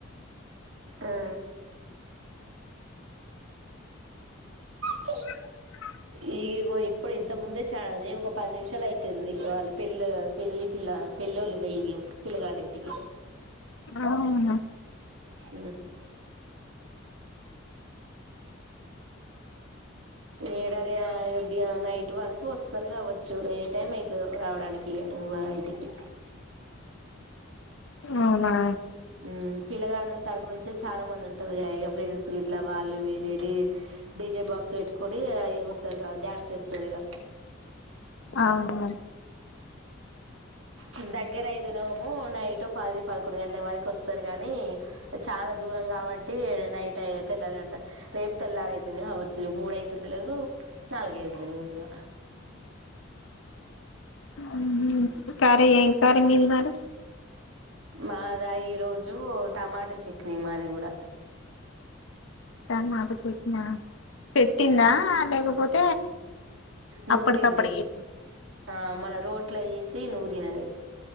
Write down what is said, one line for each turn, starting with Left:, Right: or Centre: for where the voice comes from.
Right: ఆ ఇ <inaudible>
Left: <inaudible>
Right: ఇది ఇదిగో ఇప్పుడే ఇంతకు ముందే చ ఒక పది నిమిషాలు అయితుంది వాళ్ళు పెళ్ళి పెళ్ళి పిల్ల పెళ్ళోళ్ళు పొయిళు పిల్లగాన్నింటికి
Left: అవునా
Right: హ ఏడ ర రేపు డే నైట్ వరకు వస్త స్తరు గావచ్చు ఏ టైం అయి రావడానికి ఊవా ఇంటికి
Left: అవునా
Right: ఉ పిల్లగాడన్న తరపు నుంచి చాలా మంది ఉంటారుగ ఇక ఫ్రెండ్స్ ఇట్లా వాళ్ళు వీళ్ళు డీ డీజే బాక్స్ పెట్ కుడి ఎగుర్తరు ఇగ డ్యాన్స్ వేస్తరు ఇగ
Left: అవునా
Right: ఆ దగ్గర ఐతేనేమో నైట్ పది పదకొండు గంటల వరకు వస్తారు. కాని చాలా దూరం కాబట్టి నైట్ అయ్యే తెల్లారు గట్ట రేపు తెల్లారయితుది కావచ్చు. మూడుయితది తెలియదు, నాలుగయితది తెలవదు ఇగ.
Left: ఉ హ్ కర్రి ఏం కర్రీ మీది మరి
Right: మాద ఈరోజు టమాటా చట్నీ మాది కూడా
Left: టమాట చెట్నా పెట్టిండా లేకపోతే
Right: నూరిందే
Left: అప్పటికప్పుడు చేసా
Right: ఆ మన రోట్లో ఏసి సి నూరినదే